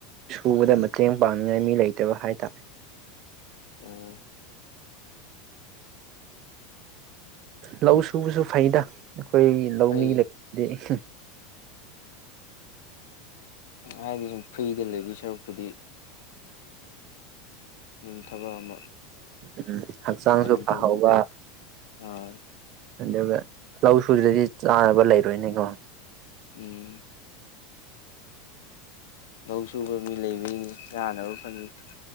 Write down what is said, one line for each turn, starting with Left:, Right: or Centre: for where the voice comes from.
Right: ꯁꯨꯕꯗ ꯃꯇꯦꯡ ꯄꯥꯡꯅꯤꯉꯥꯏ ꯃꯤ ꯂꯩꯇꯕ ꯍꯥꯏꯇꯥꯔꯦ
Left: ꯑꯣ
Right: ꯂꯧ ꯁꯨꯕꯁꯨ ꯐꯩꯗꯥ ꯑꯈꯣꯏꯒꯤ ꯂꯧꯃꯤ
Left: ꯐꯩ
Right: ꯂꯩꯕꯗꯤ <inaudible>
Left: ꯍꯥꯏꯗꯤ ꯁꯨꯝ ꯐ꯭ꯔꯤꯗ ꯂꯩꯗꯣꯏ ꯁꯔꯨꯛꯄꯨꯗꯤ ꯎꯝ ꯊꯕꯛ ꯑꯃ
Right: ꯎꯝ ꯍꯛꯆꯥꯡꯁꯨ
Left: ꯄꯥꯡꯒꯟ
Right: ꯐꯍꯧꯕ
Left: ꯇꯧꯕ ꯑꯥ
Right: ꯑꯗꯨꯒ ꯂꯧ ꯁꯨꯗ꯭ꯔꯗꯤ ꯆꯥꯅꯕ ꯂꯩꯔꯣꯏꯅꯦꯀꯣ
Left: ꯎꯝ ꯂꯧ ꯁꯨꯕ ꯃꯤ ꯂꯩꯕꯒꯤꯅꯤ ꯆꯥꯅꯕ ꯐꯪꯉꯤꯁꯤ